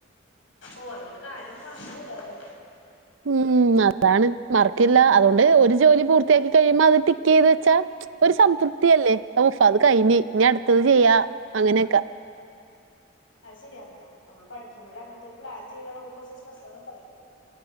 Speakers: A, on the left; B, on the right.
A: ഓഹ് അതുകൊണ്ട് കാര്യൊന്നും മറന്ന് പോവുലല്ലേ
B: ഉം അതാണ് മറക്കില്ല അതുകൊണ്ട് ഒരു ജോലി പൂർത്തിയാക്കി കഴിയുമ്പോ അത് ടിക്ക് ചെയ്ത് വെച്ചാ ഒരു സംതൃപ്തിയല്ലേ ഉഫ് അത് കഴിഞ്ഞ് ഇനി അടുത്തത് ചെയ്യാ അങ്ങനെയൊക്കെ
A: അത് ശരിയാന്ന്ട്ടാ നമ്മള് പഠിക്കുമ്പഴേ അങ്ങൻത്തൊരു പ്ലാൻ ചെയ്താ നമുക്ക് കുറച്ച് സ്ട്രെസൊക്കെ കൊറയും